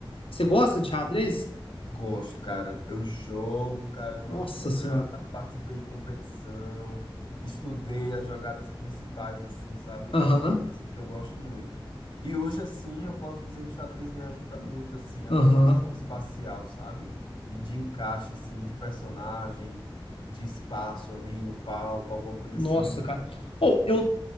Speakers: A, on the left; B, on the left.
A: você gosta de xadrez?
B: gosto, cara. Eu jogo, cara, gosto
A: Nossa
B: de jogar.
A: senhora.
B: Participei de competição, estudei as jogadas principais, assim, sabe?
A: Aham,
B: É uma coisa assim, que eu gosto muito. E hoje, assim, eu posso dizer que o xadrez me ajuda muito, assim, a
A: aham.
B: ter noção espacial, sabe? E de encaixe, assim, de personagem, de espaço ali no palco, alguma coisa
A: Nossa,
B: assim.
A: cara. Ou eu,